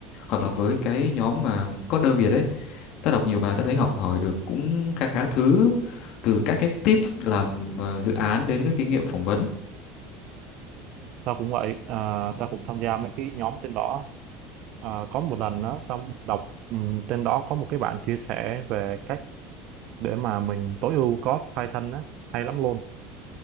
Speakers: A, on the left; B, on the right.
A: hoặc là với cái nhóm mà coder Việt ấy. Tớ đọc nhiều bài tớ thấy học hỏi được cũng khá khá thứ từ các cái tips làm ờ, dự án đến cái kinh nghiệm phỏng vấn.
B: tao cũng vậy à, tao cũng tham gia mấy cái nhóm trên đó à, có một lần đó tao đọc ừ, trên đó có một cái bạn chia sẻ về cách để mà mình tối ưu code Python á hay lắm luôn